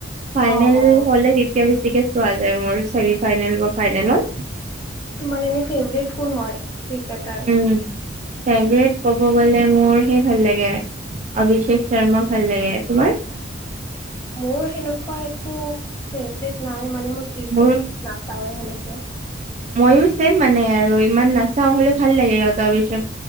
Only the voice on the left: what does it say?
অ', অ',
তোমাৰ এনে ফেভাৰেট কোন হয় ক্ৰিকেটাৰ
মোৰ সেনেকোৱা একো ফেভৰেট নাই মানে মই ক্ৰিকেট
নাচাওৱেই সেনেকে।